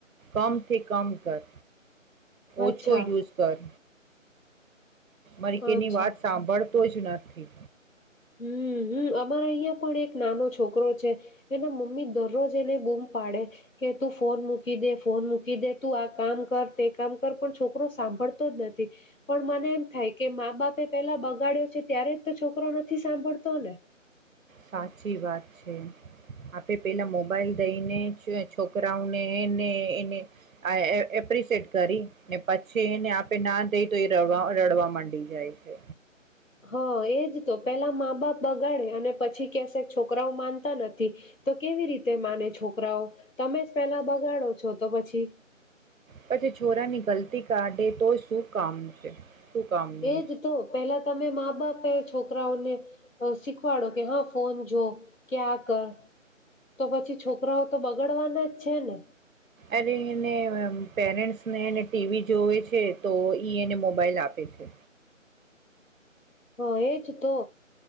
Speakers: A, on the right; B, on the left.
A: કમથી કમ કર.
B: અચ્છા
A: ઓછો યુઝ કર. મરીકેની
B: અચ્છા
A: વાત સાંભળ તોજ નથી.
B: હમ હમ અમારા અહિયાં પણ એક નાનો છોકરો છે, એના મમ્મી દરરોજ એને બૂમ પાડે કે, તું ફોન મૂકી દે ફોન મૂકી દે તું આ કામ કર તે કામ કર પણ છોકરો સાંભળતો જ નથી, પણ મને એમ થાય કે મા બાપે પેલા બગાડ્યો ત્યારે તો છોકરાનો નથી સાંભળતો ને.
A: સાચી વાત છે, આપે પેલા મોબાઈલ દઈને જ છોકરાઓને એને એને એપ્રિસિએટ કરી ને પછી એને આપે ના દઈ તો એ રવા રડવા માંડી જાય છે.
B: હા એજ તો પેલા મા બાપ બગાડે અને પછી કેસે છોકરાઓ માનતા નથી, તો કેવી રીતે માને છોકરાઓ તમે જ પેલા બગાડો છો, તો પછી
A: પછી છોરાની ગલતી કાઢે તો શું કામ છે. શું કામનું
B: એજ તો પેલા તમે મા બાપે છોકરાઓને શીખવાડો કે હા ફોન જો, કે આ કર તો પછી છોકરાઓ તો બગડવાના જ છે ને.
A: અરેને પેરેન્ટ્સને એને ટીવી જોવે છે તો ઈ એને મોબાઈલ આપે છે.
B: હ એજ તો.